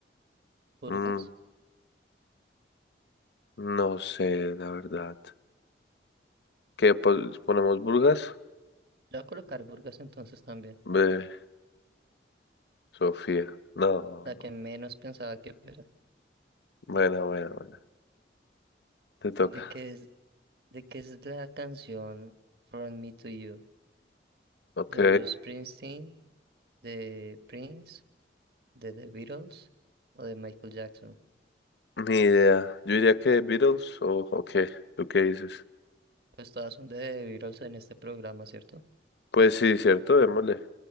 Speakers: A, on the right (about 60°); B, on the left (about 70°).
A: ¿Burgas?
B: Mm, no sé, la verdad. ¿Qué pos- ponemos Burgas?
A: Le voy a colocar Burgas entonces también,
B: Ve, Sofía. No.
A: la que menos pensaba que fuera.
B: Bueno, bueno, bueno. <laughs> Te toca.
A: ¿De qué es, de qué es la canción From Me to You?
B: Ok.
A: De Bruce Springsteen, de Prince. de The Beatles o de Michael Jackson.
B: Ni idea. Yo diría que Beatles o o qué. ¿Tú qué dices?
A: Pues todas son de The Beatles en este programa, ¿cierto?
B: Pues sí, cierto, démosle.